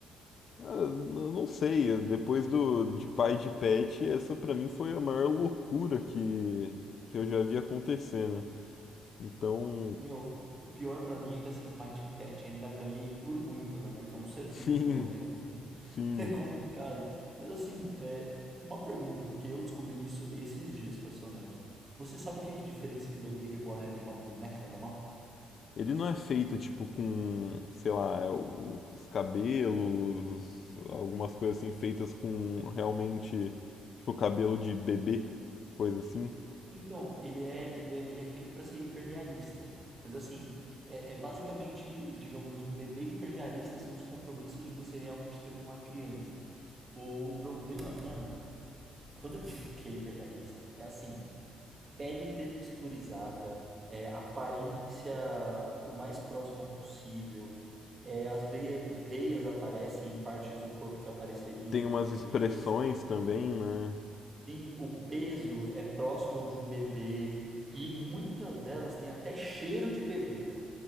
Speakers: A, on the left; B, on the right.
A: ah, eu não sei, depois do de pai de pet, essa pra mim foi a maior loucura que, que eu já vi acontecer, né? Então,
B: Meu, o pior pra mim é que assim, pai de pet ainda ganha e por muito, né? Porque é um ser vivo,
A: <laughs> sim,
B: pelo menos. <laughs>
A: sim.
B: É complicado. Mas assim, é, uma pergunta, porque eu descobri isso esses dias, pra ser honesto. Você sabe o que é que diferencia um bebê reborn de uma boneca normal?
A: Ele não é feito tipo com, sei lá, é, o- os cabelos, os- algumas coisas assim feitas com realmente tipo cabelo de bebê, coisa assim.
B: Então, ele é, ele é, ele é feito para ser hiperrealista. Mas assim, é, é basicamente, digamos, um bebê hiperrealista sem os compromissos de você realmente ter uma criança. O problema, mano, Quando eu digo que é hiperrealista, é assim, pele texturizada, é, aparência o mais próxima possível, é, as veia- veias aparecem em partes do corpo que apareceriam
A: Tem
B: nos
A: umas
B: bebês,
A: expressões também, né?
B: Sim, o peso é próximo ao de um bebê e muitas delas têm até cheiro de bebê, cara.